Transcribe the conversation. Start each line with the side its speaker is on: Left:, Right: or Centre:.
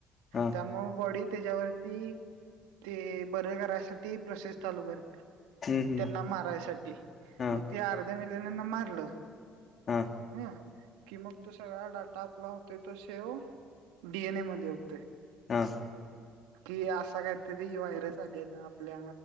Left: हां
Right: त्यामुळं बॉडी त्याच्यावरती ते बरे करायसाठी प्रोसेस चालू करते
Left: हम्म हम्म
Right: त्यांना मारायसा टी
Left: हां
Right: मग ते अर्ध्या मिलनना मारलं
Left: हां
Right: ह. कि मग तो सगळा डाटा आपला होते तो सेव्ह डीएनए मध्ये होते.
Left: <inaudible>
Right: कि असा काहीतरी व्हायरस आलेला आपल्या